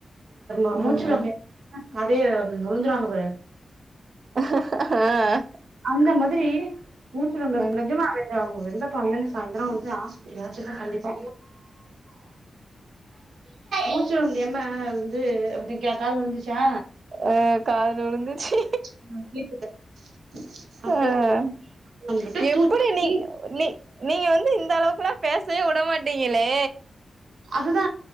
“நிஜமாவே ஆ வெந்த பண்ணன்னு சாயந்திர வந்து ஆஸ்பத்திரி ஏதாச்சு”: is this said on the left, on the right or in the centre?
Right